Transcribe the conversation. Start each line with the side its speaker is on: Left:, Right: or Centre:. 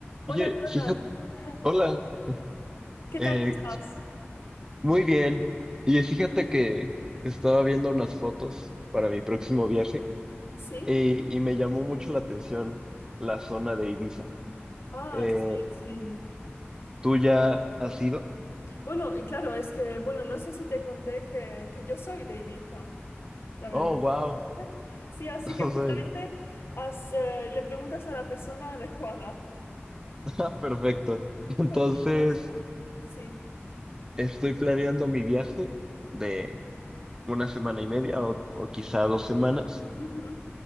Left: Hola
Right: Oye,
Left: Jordan,
Right: fíjate,
Left: <laughs>
Right: hola,
Left: ¿qué
Right: eh,
Left: tal estás?
Right: muy bien. Oye, fíjate que estaba viendo unas fotos para mi próximo viaje
Left: ¿Sí?
Right: eh, y, me llamó mucho la atención la zona de Ibiza.
Left: Ah,
Right: Eh,
Left: sí, sí.
Right: ¿tú ya has ido?
Left: Bueno, y claro, es que, bueno, no sé si te conté que, que yo soy de Ibiza, la verdad.
Right: Oh, wow.
Left: <laughs> Sí, así
Right: <laughs>
Left: que justamente haz, eh, le preguntas a la persona adecuada.
Right: O sea, <laughs> Perfecto. Entonces,
Left: ¿Cualquier cosa? Sí.
Right: estoy planeando mi viaje de una semana y media o, o quizá dos semanas.
Left: Ujú.